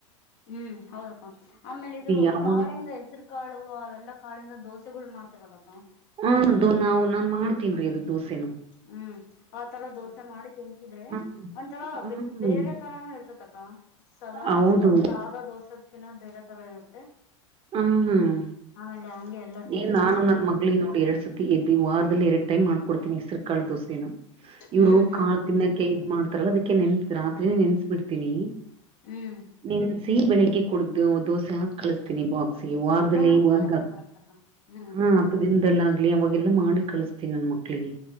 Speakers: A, on the left; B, on the right.
A: ಹೂಂ ಹೌದಕ್ಕ ಆಮೇಲೆ ಇದು
B: ಯಾವ
A: ಕಾಳಯಿಂದ ಹೆಸರು ಕಾಳು ಅವೆಲ್ಲಾ ಕಾಳಿಂದ ದೋಸೆಗಳು ಮಾಡ್ತರಲ್ಲಾಕ್ಕ
B: ಹೂಂ ಅದು ನಾವು ನಾನ್ ಮಾಡ್ತೀನಿ ಅದು ದೋಸೆನ
A: ಹೂಂ ಆ ತರ ದೋಸೆ ಮಾಡಿ ತಿನ್ಸಿದ್ರೆ
B: ಹ್ಮ್
A: ಒಂಥರಾ
B: ಹ್ಮ್
A: ಬೇರೆ ತರಾನು ಇರತೈತಿ ಅಕ್ಕ ಸದಾ
B: ಹೌದು
A: ಸಾದಾ ದೋಸೆ ಕಿನ್ನ ಬೇರೆ ತರ ಇರುತ್ತೆ
B: ಹ್ಮ್ ಹ್ಮ್
A: ಆಮೇಲೆ ಹಂಗೆ ಎಲ್ಲರೂ ತಿಂತಾರ್
B: ಏನ್ ನಾನು
A: ಕಣೆ
B: ನನ್ ಮಗಳಿಗೆ ನೋಡಿ ಎರಡ್ ಸತಿ ಎದು ವಾರದಲ್ಲಿ ಎರಡು ಟೈಮ್ ಮಾಡ್ಕೊಡ್ತಿನಿ ಹೆಸರಕಾಳ ದೋಸೆನಾ ಇವರು
A: ಹ್ಮ್ ಹ್ಮ್
B: ಕಾಳ
A: ಹ್ಮ್
B: ತಿನ್ನೋಕ್ಕೆೆ ಇದ ಮಾಡ್ತಾರಲ್ಲ ಅದಕ್ಕೆ ನೆನ್ಸ ರಾತ್ರಿ ನೆನ್ಸಿ ಬಿಡ್ತನಿ
A: ಹ್ಮ್
B: ನೆನ್ಸಿ ಬೆಳಿಗ್ಗೆ ಕೊಡುತಿನಿ ದೋಸೆ ಹಾಕಿ ಕಳಿಸತೀನಿ ಬಾಕ್ಸ್ ಈ ವಾರದಲ್ಲಿ
A: ಹಾ
B: ಒಂದು ಇವಾಗ
A: ಕರೆಕ್ಟ್ ಕರೆಕ್ಟ್ ಅಕ್ಕ ಹ್ಮ್
B: ಹು ಹತ್ತು ದಿನದಲ್ಲಿ ಆಗ್ಲಿ ಅವೆಗೆಲ್ಲಾ ಮಾಡಿ ಕಳಿಸ್ತೀನಿ ನನ್ನ ಮಕ್ಳಿಗೆ